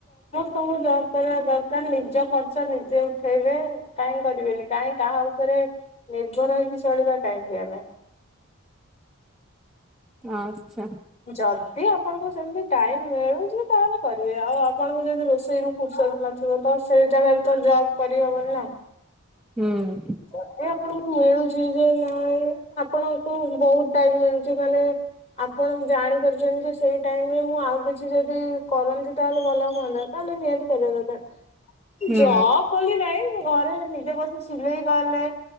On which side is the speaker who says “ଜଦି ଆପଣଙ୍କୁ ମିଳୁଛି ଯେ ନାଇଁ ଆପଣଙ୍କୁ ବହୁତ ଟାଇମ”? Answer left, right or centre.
Left